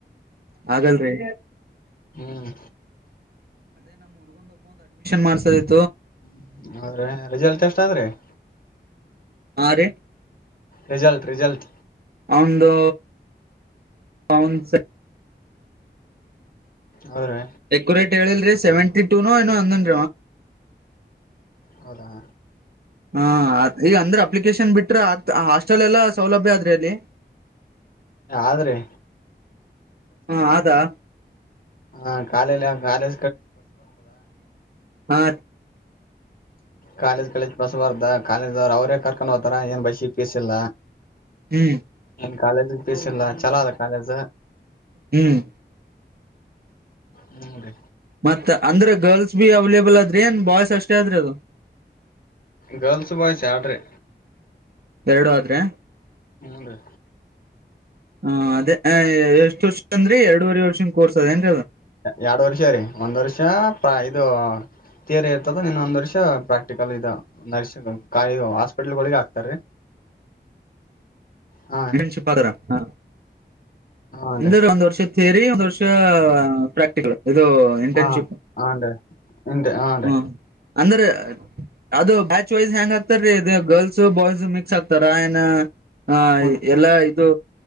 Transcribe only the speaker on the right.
ಆಗಲ್ರಿ
ಮಾಡ್ಸ <inaudible>
ಆ ರ
ಅಂದು ಕೌನ್ಸ
ಅಕ್ಯುರೇಟ್ ಹೇಳಿಲ್ರಿ ಸೆವೆಂಟಿ ಟು ನೋ ಏ ನ್
ಹಾ ಈಗ ಅಂದ್ರೆ ಅಪ್ಲಿಕೇಶನ್ ಬಿಟ್ರೆ ಆ ಹಾಸ್ಟೆಲ್ ಎಲ್ಲಾ ಸೌಲಭ್ಯ ಆದ್ರೆ ಅಲ್ಲಿ
ಹ ಅದಾ
ಹಾ
ಹ್ಮ್
ಹ್ಮ್
ಮತ್ತ ಅಂದ್ರೆ ಗರ್ಲ್ಸ್ ಬಿ ಅವೈಲೇಬಲ್ ಅದ್ರ ಏನ್ ಬಾಯಸ್ ಅಷ್ಟೇ ಆದ್ರೆ ಅದು
ಎರಡು ಆದ್ರೆ
ಹ ಅದೇ ಎಷ್ಟ್ ವರ್ಷ ಅಂದ್ರೀ ಎರಡೂುವರೆ ವರ್ಷನ್ ಕೋರ್ಸ್ ಅದ ಏನ್ ಕದ
ಇಂಟನ್ಶಿಪ್ರ ಹ
ಅಂದ್ರ ಒಂದ್ ವರ್ಷ ತರಿ ಒಂದ್ ವರ್ಷ ಪ್ರಾಕ್ಟಿಕಲ್ ಇದು ಇಂಟರ್ನ್ಶಿಪ್
ಹ ಅಂದ್ರೆ ಅದು ಬ್ಯಾಚ್ ವೈಸ್ ಹ್ಯಾಂಗ್ ಆಗ್ತಾರೀ ಇದು ಗರ್ಲ್ಸ್ ಬಾಯ್ಸ್ ಮಿಕ್ಸ್ ಆಗ್ತಾರ ಅಾಯನ ಹಾಯ್
ಇದು